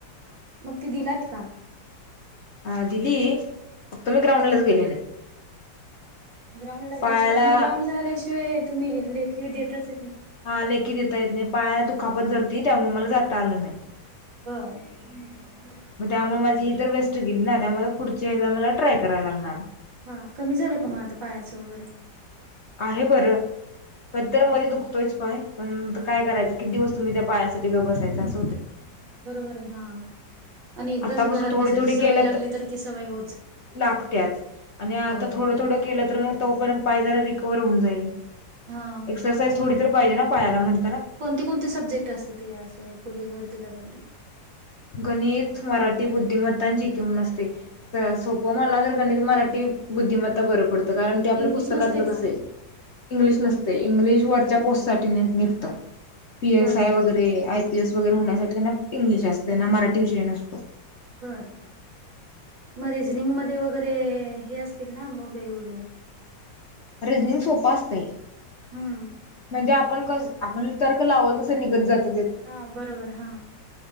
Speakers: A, on the right; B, on the left.
A: मग ते दिलात का
B: अ दिली फक्त मी ग्राउंडलाच
A: हा
B: गेली नाही
A: ग्राउंड ला जायचे
B: पायाला
A: मग ग्राउंड झाल्याशिवाय तुम्ही लेखी देतच
B: हा लेखित येता येत नाही पायाला दुखापत जलती त्यामुळे मला जाता आलं नाही <inaudible>
A: बर
B: मग त्यामुळे माझी ही तर वेस्ट गेली ना त्यामुळे पुढच्या मला ट्राय करायला लागणार
A: हा कमी झालं का मग आता पायाचं वगैरे
B: आहे बरं कतर
A: हा
B: मध्ये दुखतोयच बाय पण काय करायचं किती दिवस तुम्ही त्या पायाण्यासाठी ग बसायचं <unintelligible>
A: नाही नाही बरोबर आहे हा आणि एकदाच
B: आतापासून
A: घरात
B: थोडी
A: बसायची
B: थोडी
A: सवय
B: केलं
A: लागली तर ती सवय <unintelligible>
B: लागत्याच आणि आता
A: हो
B: थोडं
A: हो
B: थोडं केलं तर मग तोपर्यंत पायला रिकवर होऊन <unintelligible>
A: हा
B: एर थोडी तर पाजे पायाला म्हण <unintelligible>
A: कोणती कोणते सब्जेक्ट असते असं पोलीस भरतीला वगैरे
B: गणित मराठी बुद्धिमत्ता जी क म्हणून असते सोपं म्हणाला तर गणित मराठी बुद्धिमत्ता बर पडत कारण ते आपल्या
A: इंग्लिश
B: पुस्तकातलंच
A: नसते का
B: असे इंग्लिश नस इंग्लिश वरच्या पोस्ट साठी निघत पीएस
A: बर
B: आय
A: बर
B: वगैरे आयपीएस वगैरे होण्यासाठी त्यां इंग्लिश असते त्यांना मराठी विषयी नसतो
A: बर मग रिजनिंग मध्ये वगैरे हे असतील ना म वेगवेगळे
B: रिझनिंग सोपं असत
A: हम्म
B: म्हणजे आप आप तर्क लावल तस निघत जात
A: हा बरोबर हा